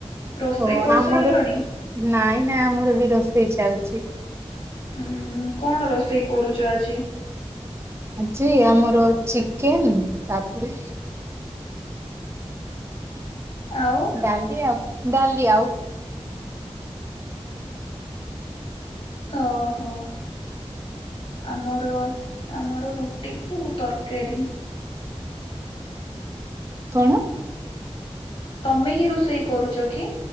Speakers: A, on the left; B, on the right.
A: ରୋଷେଇ
B: ଓ
A: କରିସାରିଲଣି?
B: ଆମର ନାଇଁ ନାଇଁ ଆମର ବି ରୋଷେଇ ଚାଲଛି।
A: ଉଁହୁଁ କଣ ରୋଷେଇ କରୁଚ ଆଜି?
B: ଆଜି ଆମର ଚିକେନ ତାପରେ
A: ଆଉ
B: ଡାଲି ଆଉ ଡାଲି ଆଉ
A: ଓହୋ ଆମର ଆମର ରୁ ଟିକୁୁ ତରକାରୀ।
B: କଣ?
A: ତମେ ହିଁ ରୋଷେଇ କରୁଚ କି?